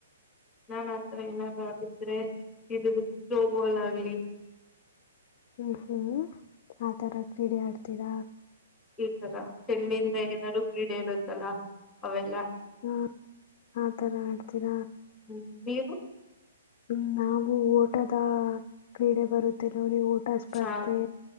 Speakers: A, in the centre; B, on the left.
A: ನಾನ್ ಆತರ ಏನಾರಡಿದ್ರೆ ಇದು ತ್ರೋ ಬಾಲ್ ಆಗಲಿ
B: ಹ್ಮ ಹ್ಮ ಆತರ ಕ್ರೀಡೆ ಆಡ್ತೀರ
A: ಈತರ ಚೆಂಡೆಯಿಂದ ಏನಾದಾರೂ ಕ್ರೀಡೆ ಇರುತ್ತಲ್ಲ ಅವೆಲ್ಲ
B: ಹಾ ಆತರ ಆಡ್ತೀರ
A: ಹ್ಮ್ ನೀವು
B: ಹ್ಮ್ ನಾವು ಓಟದ ಕ್ರೀಡೆ ಬರುತ್ತೆ ನೋಡಿ ಓಟ ಸ್ಪರ್ಧೆ
A: ಹಾ